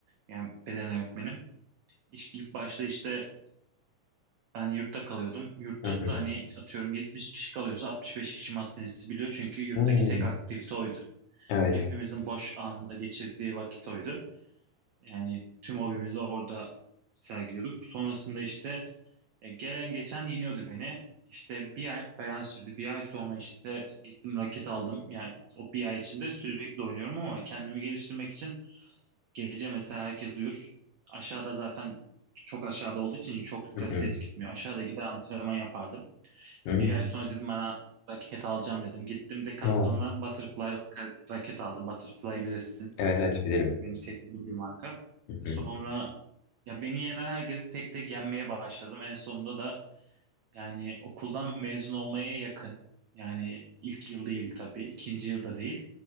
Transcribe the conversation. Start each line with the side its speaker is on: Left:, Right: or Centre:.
Right: Yani beden öğretmenim. İş- İlk başta işte ben yurtta kalıyordum. Yurtta
Left: Hı hı.
Right: da hani atıyorum 70 kişi kalıyorsa 65 kişi masa tenisi biliyor. Çünkü yurttaki
Left: Hmm,
Right: tek aktivite oydu.
Left: Evet.
Right: Hepimizin boş anında geçirdiği vakit oydu. Yani tüm hobimizi orada sergiliyorduk. Sonrasında işte E, gelen geçen yeniyordu beni. İşte bir ay falan sürdü. Bir ay sonra işte gittim raket aldım. Yani o bir ay içinde sürekli oynuyorum ama kendimi geliştirmek için gece mesela herkes uyur. Aşağıda zaten çok aşağıda olduğu için çok yukarı
Left: Hı hı.
Right: ses gitmiyor. Aşağıda gider antrenman yapardım.
Left: Hmm,
Right: Bir ay sonra dedim bana raket alacağım dedim. Gittim Decathlon'dan
Left: Evet.
Right: Butterfly ra- raket aldım. Butterfly bilirsin.
Left: Evet evet bilirim.
Right: Benim sevdiğim bir marka.
Left: Hı
Right: Sonra
Left: hı.
Right: ya beni yenen herkesi tek tek yenmeye başladım. En sonunda da yani okuldan mezun olmaya yakın. Yani ilk yıl değil tabii, ikinci yılda değil.